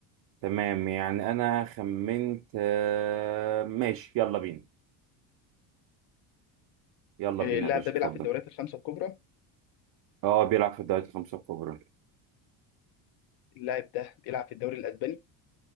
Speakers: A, on the right (about 50°); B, on the left (about 55°).
A: تمام يعني انا خمنت آه، ماشي يلا بينا يلا
B: اللاعب
A: بينا يا باشا
B: ده بيلعب
A: اتفضل
B: في الدوريات الخمسة الكبرى
A: اه بيلعب في الدوري الخمسة الكبرى
B: اللاعب ده بيلعب في الدوري الأسباني